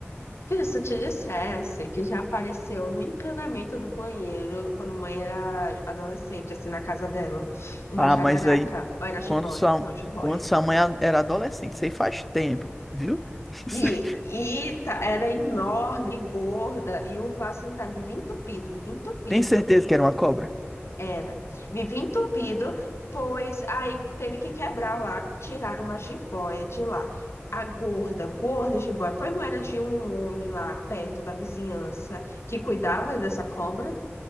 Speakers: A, on the left; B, in the centre.
A: Filho, se eu te dissesse que já apareceu no encanamento do banheiro quando mãe era adolescente, assim, na casa dela, uma
B: Ah,
A: jararaca,
B: mas aí,
A: ou era jiboia?
B: quando sua,
A: Não, jiboia.
B: quando sua mãe era adolescente, isso aí faz tempo, viu? <laughs> Isso
A: E,
B: aí-
A: e tá, era enorme, gorda, e o vaso sanitário vivia entupido, vivia entupido,
B: Tem certeza que era uma cobra?
A: era, vivia entupido, pois aí teve que quebrar lá, tirar uma jiboia de lá. A gorda, gorda jiboia, pois não era de um homem lá perto da vizinhança que cuidava dessa cobra?